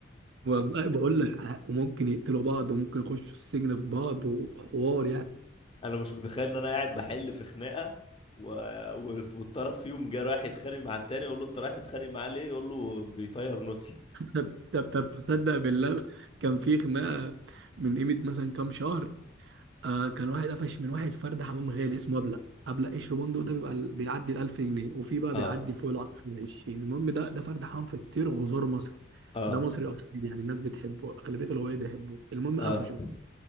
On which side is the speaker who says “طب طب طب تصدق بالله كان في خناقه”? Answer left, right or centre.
Right